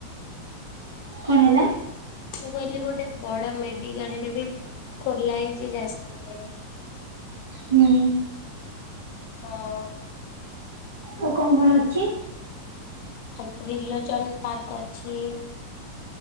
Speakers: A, on the right; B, on the left.
A: କଣ ହେଲା?
B: ମୁଁ କହିଲି ଗୋଟେ ବଡ ମେଡିକାଲ ଟେ ବି ଖୋଲା ହେଇଛି ଯାଜପୁରରେ।
A: ହୁଁ।
B: ହଁ।
A: ଆଉ କଣ କଣ ଅଛି?
B: ଖତ୍ ତ୍ରିଲୋଚନ ପାର୍କ ଅଛି।